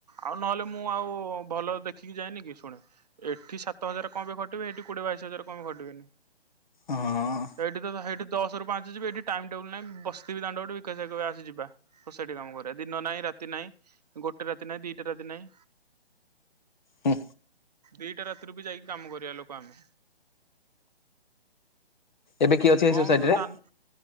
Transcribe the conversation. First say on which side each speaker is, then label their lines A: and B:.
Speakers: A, on the right; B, on the left.
A: ଆଉ ନହେଲେ ମୁଁ ଆଉ ଭଲ ଦେଖିକି ଯାଏନି କି ଶୁଣ ଏଠି ସାତ ହଜାରରେ କଁ ପାଇଁ ଖଟିବି ଏଠି କୋଡିଏ ବାଇଶ ହଜାରେ କଁ ପାଇଁ ଖଟିବିନି।
B: ହଁ
A: ଏଇଠି ତ ହାଇଠି ଦଶରୁ ପାଞ୍ଚ ଯିବି ଏଠି ଟାଇମ ଟେବୁଲ୍ ନାହିଁ ବସଥିବି ଦାଣ୍ଡ ପଟେ ବିକାଶ ହାଇ କହିବେ ଆସ ଯିବା ସୋସାଇଟି କାମ କରିବା। ଦିନ ନାହିଁ ରାତି ନାହିଁ ଗୋଟେ ରାତି ନାହିଁ ଦିଟା ରାତି ନାହିଁ।
B: ହୁଁ
A: ଦିଟା ରାତିରୁ ବି ଯାଇକି କାମ କରିବା ଲୋକ ଆମେ।
B: ଏବେ କିଏ ଅଛି
A: କଣ
B: ଏଇ ସୋସାଇଟିରେ?
A: କ ଦାନ